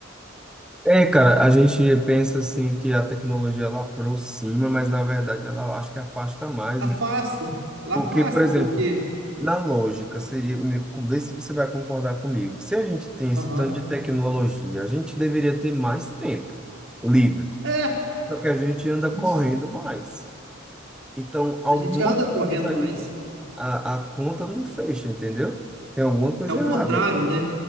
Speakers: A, in the centre; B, on the right (about 80°).
A: É, cara, a gente pensa assim que a tecnologia ela aproxima, mas na verdade ela acho que afasta mais,
B: Afasta,
A: né?
B: ela
A: Porque,
B: afasta,
A: por exemplo,
B: porque,
A: na lógica seria, me- vê se você vai concordar comigo. Se a gente tem esse
B: aham,
A: tanto de tecnologia, a gente deveria ter mais tempo livre.
B: é,
A: Só que a gente anda
B: isso.
A: correndo mais. Então, alguma
B: A gente anda correndo
A: coisa
B: mais.
A: aí, a, a conta não fecha, entendeu? Tem alguma coisa
B: É o contrário,
A: errada aí.
B: né?